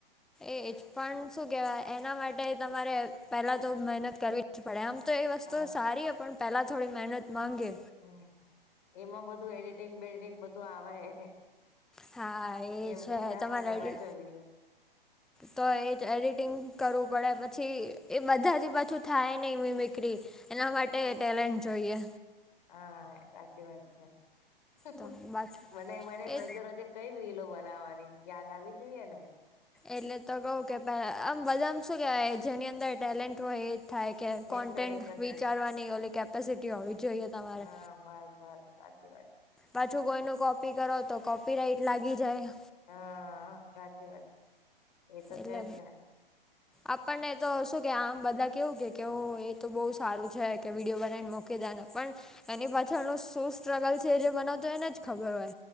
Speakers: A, in the centre; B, on the left.
A: એજ પણ શું કેવાય એના માટે પહેલા તો મહેનત કરવી પડે આમ તો એ વસ્તુ
B: હા
A: સારી પણ પહેલા થોડી મહેનત માંગે
B: હમ એમાં બધું એડિટિંગ બેડિટિંગ બધું આવે.
A: હા એ
B: અમને
A: છે
B: <unintelligible>
A: તમારે
B: પાછો વિડિઓ
A: તો એ જ એડિટિંગ કરવું પડે પછી એ બધાથી પાછું થાય નને એમ મીકરી. એના માટે
B: સાચ
A: ટેલેન્ટ જોઈએ.
B: હા, સાચી વાત છે. <unintelligible>
A: તો બાકી
B: બના બનેને
A: એ
B: રોજે રોજે કઈ રીલો બનાવવાની યાદ આવી જોઈએ ને.
A: એટલે તો કહુ કે <unintelligible> આમ બધામાં શું કેહેવાય. જેની અંદર ટેલેન્ટ હોય એ જ થાય. કે
B: એજ
A: કોન્ટેન્ટ
B: કરી શકે
A: વિચારવાની ઓલી કેપેસિટી હોવી જોઈએ. તમારે
B: હા, બસ બસ સાચી વાત છે.
A: પાછું કોઈનનુંં કોપી કરો તો, કોપી રાઈટ લાગી જાય.
B: હા, સાચી વાત છે. એ તો
A: એટલે
B: છે જ ને
A: આપણને તો શું કે આમ બધા કેવું કે, કે એ તો બહુ સારું છે, કે વિડિયો બનાવીને મોક <unintelligible> કા પણ એની પાછળનું શું સ્ટ્રગલ છે. જે બનાવતો એને જ ખબર હોય.